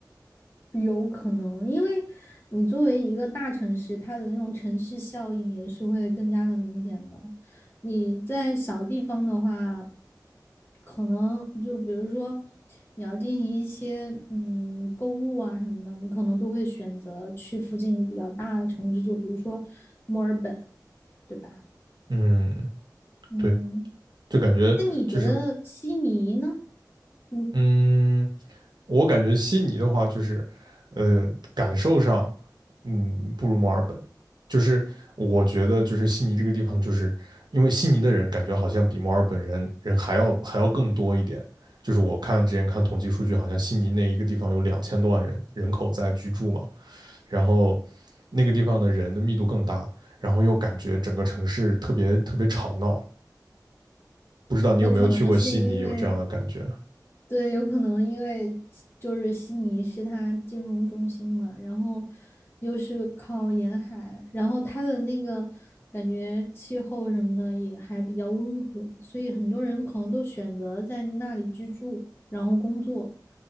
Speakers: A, on the left (about 30°); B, on the right (about 75°).
A: 有可能，因为你作为一个大城市，它的那种城市效应也是会更加的明显的。你在小地方的话，可能就比如说你要进行一些嗯购物啊什么的，你可能都会选择去附近比较大的城市，就比如说墨尔本，对吧？
B: 嗯，
A: 嗯，
B: 对，就感觉就是
A: 那你觉得悉尼呢？嗯，
B: 嗯。我感觉悉尼的话，就是呃，感受上，嗯，不如墨尔本。就是我觉得，就是悉尼这个地方，就是因为悉尼的人感觉好像比墨尔本人人还要还要更多一点。就是我看之前看统计数据，好像悉尼那一个地方有两千多万人人口在居住嘛，然后那个地方的人的密度更大，然后又感觉整个城市特别特别吵闹。不知道你有没有去过悉尼，
A: 有可能是因为
B: 有这样的感觉？
A: 对，有可能因为就是悉尼是它金融中心嘛，然后又是靠沿海，然后它的那个感觉气候什么的也还比较温和，所以很多人可能都选择在那里居住，然后工作。